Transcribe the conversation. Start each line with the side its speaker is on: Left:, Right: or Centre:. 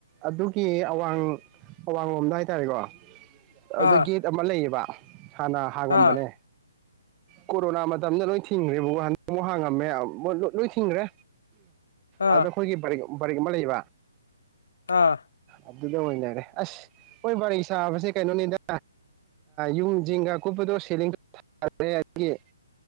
Right: ꯑꯗꯨꯒꯤ ꯑꯋꯥꯡꯋꯥ ꯃꯣꯝꯗ ꯍꯥꯏꯇꯥꯔꯦꯀꯣ ꯑꯗꯨꯗ
Left: ꯑꯥ
Right: ꯒꯦꯠ ꯑꯃ ꯂꯩꯌꯦꯕ ꯍꯥꯟꯅ ꯍꯥꯡꯉꯝꯕꯅꯦ
Left: ꯑꯥ
Right: ꯀꯣꯔꯣꯅꯥ ꯃꯇꯝꯗ ꯂꯣꯏ ꯊꯤꯡꯈ꯭ꯔꯦꯕ ꯍꯟꯗꯛ ꯑꯃꯨꯛ ꯍꯥꯡꯉꯝꯃꯦ ꯂꯣꯏ ꯊꯤꯡꯈ꯭ꯔꯦ
Left: ꯑꯥ
Right: ꯑꯗ ꯍꯣꯏꯒꯤ ꯄꯔꯒ ꯕꯔ ꯑꯃ ꯂꯩꯌꯦꯕ
Left: ꯑꯥ
Right: ꯑꯗꯨꯗ ꯃꯅꯅꯦꯦ ꯑꯁ ꯑꯣꯏꯣꯏ ꯋꯥꯔꯤ ꯁꯥꯐ ꯑꯁꯤ ꯀꯩꯅꯣꯅꯤ ꯏꯗ ꯌꯨꯝ ꯖꯁꯤꯡꯒꯥ ꯀꯨꯞꯄꯗꯣ ꯁꯦꯗ ꯊꯥ꯭ꯔꯦ ꯑꯗꯒꯤ